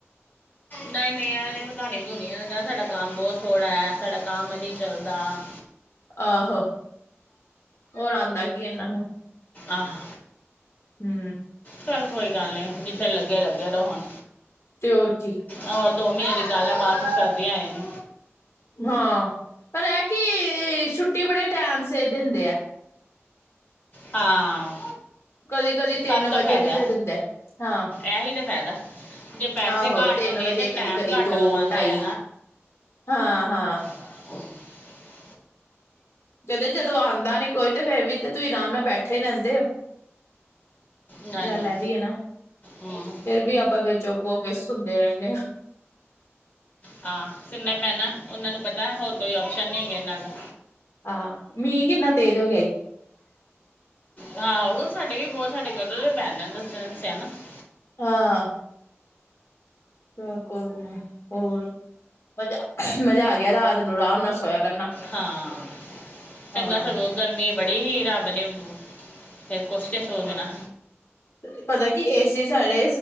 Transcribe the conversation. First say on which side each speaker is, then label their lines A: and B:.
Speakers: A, on the left; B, on the left.
A: ਨਹੀ-ਨਹੀ ਇਹ ਵਧਾਨੀ ਵਧੂਣੀ ਕਹਿਣਾ ਸਾਡਾ- ਕਮ ਬਹੁਤ ਥੋੜਾ ਸਾਡਾ ਕਮ ਨੀ ਚਲਦਾ।
B: ਆਹੋ ਹੋਰ ਆਉਦਾ ਕੀ ਇਹਨਾਂ ਨੂੰ।
A: ਆਹੋ
B: ਹੂੰ
A: ਚੱਲ ਕੋਈ ਗੱਲ ਨੀ ਜਿਥੇ ਲਗੇ, ਲਗੇ ਰੋ ਹੁਣ।
B: ਤੇ ਹੋਰ ਕੀ
A: ਹੋਰ ਦੋ ਮਹੀਨੇ ਦੀ ਗੱਲ ਆ ਬਾਦ ਚ ਸਰਦੀ ਆ ਜਾਣੀ।
B: ਹਾਂ ਪਰ ਇਹ ਕਿ ਛੁੱਟੀ ਬੜੇ ਟੈਮ ਸ ਦਿੰਦੇ ਆ।
A: ਹਾਂ
B: ਕਦੀ-ਕਦੀ ਤਿੰਨ
A: ਸਭ ਤੋਂ
B: ਵਜੇ
A: ਫਾਇਦਾ
B: ਵੀ ਦੇ ਦੇਂਦੇ ਹੈ ਹਾਂ।
A: ਇਹੀ ਤੇ ਫਾਇਦਾ ਜੇ ਪੈਸੇ
B: ਆਹੋ,
A: ਘੱਟ
B: ਤਿੰਨ
A: ਨੇ
B: ਵਜੇ
A: ਤੇ ਟਾਈਮ
B: ਕਦੀ -ਕਦੀ,
A: ਘੱਟ
B: ਦੋ
A: ਲਵਾਉਂਦੇ
B: ਢਾਈ
A: ਆ
B: ਹਾਂ- ਹਾਂ-
A: ਹਾਂ- <inaudible>
B: ਕਹਿੰਦੇ, ਜਦੋਂ ਆਉਦਾ ਨੀ ਕੋਈ ਤੇ ਫੇਰ ਵੀ ਤੇ ਤੁਸੀ ਆਰਾਮ ਨਾਲ ਬੈਠੇ ਰਹਿਦੇ ਹੋ।
A: ਨਈ
B: ਗੱਲ
A: ਨਈ,
B: ਇਹ ਵੀ ਹੈ ਨਾ
A: ਹੂੰ।
B: ਫੇਰ ਵੀ ਆਪਾਂ ਫੇਰ ਚੁੱਪ ਹੋ ਕੇ ਸੁਣਦੇ ਰਹਿੰਦੇ ਹਾਂ
A: ਹਾ ਸੁਣਨਾ ਈ ਪੈਣਾ, ਉਹਨਾਂ ਨੂੰ ਪਤਾ ਹੋਰ ਕੋਈ ਆਪਸ਼ਨ ਨਹੀਂ ਹੈਗਾ ਇਹਨਾਂ ਕੋਲ
B: ਹਾਂ, ਮੀਂਹ ਕਿੰਨਾ ਤੇਜ਼ ਹੋ ਗਿਆ ਈ।
A: ਆਹੋ, ਉਹ ਸਾਡੇ ਵੀ <unintelligible> ਬਹੁਤ ਸਾਡੇ ਕਦੇ ਬੈਨ ਨੇ ਦੱਸ ਦੱਸਿਆ ਨਾ <unintelligible>
B: ਹਾਂ। ਨ ਕੋਲ- <unintelligible> ਹੋਰ, ਮਜ਼ਾ, ਮਜ਼ਾ ਆ ਗਿਆ ਰਾਤ ਨੂੰ, ਆਰਾਮ ਨਾਲ ਸੋਇਆ ਕਰਨਾ।
A: ਹਾਂ। ਚੰਗਾ
B: ਹਾਂ।
A: ਸਗੋਂ ਗਰਮੀ ਬੜੀ ਸੀ। ਰੱਬ ਨੇ, ਫੇਰ ਕੁਛ ਤੇ ਸੋਚਣਾ।
B: ਹ <unintelligible> ਪਤਾ ਕੀ, ਏ ਸੀ ਸਾਡੇ